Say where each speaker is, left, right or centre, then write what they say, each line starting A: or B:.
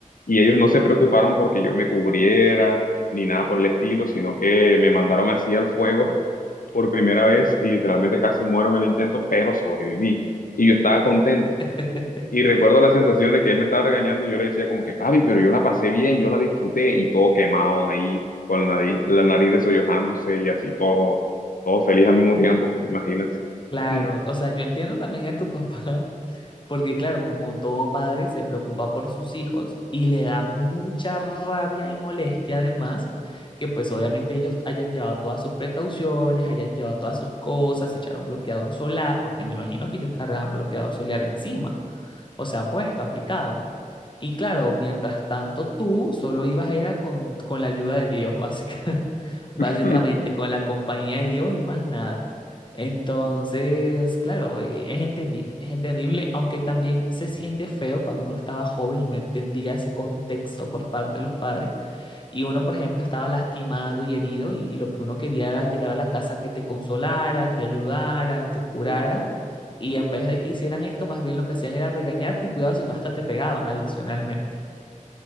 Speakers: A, on the left (about 85°); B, on the left (about 35°).
A: Y ellos no se preocuparon porque yo me cubriera ni nada por el estilo, sino que me mandaron así al fuego <laughs> por primera vez y literalmente casi muero en el intento, pero sobreviví. Y yo estaba contento.
B: <laughs>
A: Y recuerdo la sensación de que él me estaba regañando y yo le decía como que, papi, pero yo la pasé bien, yo la disfruté y todo quemado ahí, con la nariz, la nariz desollojándose y así todo, todo feliz al mismo tiempo, imagínate.
B: Claro,
A: Mm.
B: o sea, yo entiendo también a tu papá, porque claro, como todo padre se preocupa por sus hijos y le da mucha rabia y molestia además, que pues obviamente ellos hayan llevado todas sus precauciones, hayan llevado todas sus cosas, se echaron bloqueador solar, porque me imagino que ellos cargaban bloqueador solar encima. o sea, puesto, aplicado. Y claro, mientras tanto tú solo ibas era con, con la ayuda de Dios, básica, <laughs> básicamente,
A: <laughs>
B: con la compañía de Dios y más nada. Entonces, claro, e- es entendible, es entendible, aunque también se siente feo cuando uno estaba joven y no entendía ese contexto por parte de los padres, y uno, por ejemplo, estaba lastimado y herido y, y lo que uno quería era llegar a la casa que te consolaran, te ayudaran, te curaran. Y en vez de que hicieran esto, más bien lo que hacían era regañarte y cuidado si no hasta te pegaban adicionalmente.